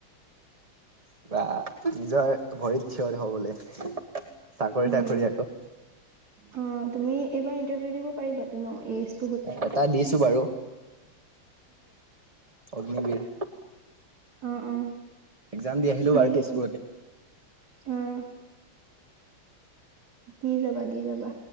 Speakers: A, on the right; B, on the right.
A: কিবা নিজৰ ভৰিত থিয়ত হবলে চাকৰি
B: উম
A: তাকৰি আক
B: অ তুমি এইবাৰ ইন্টাৰভিউ দিব পাৰিবাতো ন এইজ
A: এটা দিছো বাৰু, অগ্নিবীৰ।
B: উম উম
A: এক্জাম দি আহিলো
B: <unintelligible>
A: বাৰু তেজপুৰতে
B: উম দি যাবা দি যাবা